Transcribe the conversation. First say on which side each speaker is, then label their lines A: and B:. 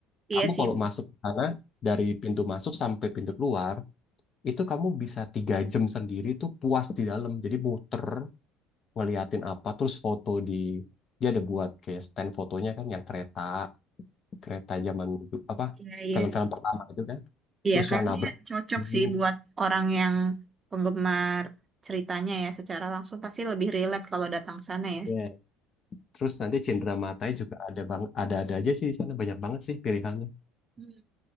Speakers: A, on the right; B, on the left.
A: iya
B: Kamu
A: sih,
B: kalau masuk ke sana dari pintu masuk sampai pintu keluar itu kamu bisa tiga jam sendiri tuh puas di dalam jadi muter ngeliatin apa terus foto di dia ada buat kayak stand fotonya kan yang kereta kereta zaman du- apa
A: iya iya,
B: film-film pertama itu kan
A: iya
B: terus
A: kayaknya
B: yang nabrak
A: cocok
B: dinding.
A: sih buat orang yang penggemar ceritanya ya secara langsung pasti lebih relate kalau datang sana ya.
B: Ya. terus nanti cendera matanya juga ada bang ada ada aja sih di sana banyak banget sih pilihannya
A: Hmm,